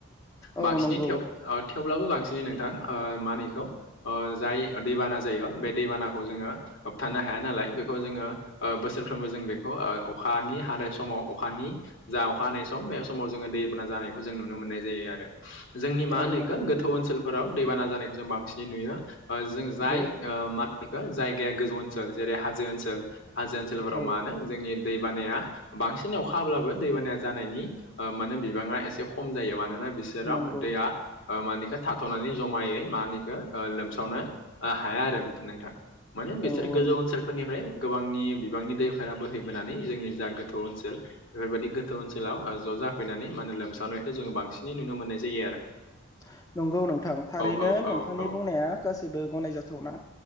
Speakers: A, on the left; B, on the left.
A: औ
B: बांसिनै
A: नंगौ।
B: थेव ओ थेवब्लाबो बांसिनै नोंथां मानिखौ जाय दैबाना जायो बे दैबानाखौ जोङो। होबथानो हाया नालाय बेखौ जोङो बोसोरफ्रोमबो जों बेखौ अखानि हानाय समाव अखानि जा अखा हानाय सम बे समाव जोङो दैबाना जानायखौ जों नुनो मोननाय जायो आरो। माखौ
A: औ नंगौ
B: गोथौ ओनसोलफोराव दैबाना जानायखौ जों बांसिनै नुयो जों जाय
A: औ
B: मा बेखौ जायगाया गोजौ ओनसोल जेरै हाजो ओनसोल हाजो ओनसोलफोराव
A: औ
B: मानो जोंनि दै बानाया बांसिन अखा हाब्लाबो दै बानाया जानायनि माने बिबाङा एसे खम जायो मा मानोना बिसोराव
A: नंगौ
B: दैया मानिखौ थाथ'नानै जमायै मानिखौ लोमसावनो हाया आरो बिदिनो नोंथां। माने बिसोर
A: औ औ
B: गोजौ ओनसोलफोरनिफ्राय गोबांनि बिबांनि दैफोरा बोहैबोनानै जोंनि जा गो थौ ओनसोल बेफोरबायदि गो थौ ओनसोलाव ज' जाफैनानै माने लोमसावनायखौ जोङो बांसिनै नुनो मोननाय जायो आरो।
A: <inaudible> नंगौ नोंथां थारैनो
B: औ औ
A: नोंथांनि
B: औ औ
A: बुंनाया गासैबो गनायजाथावना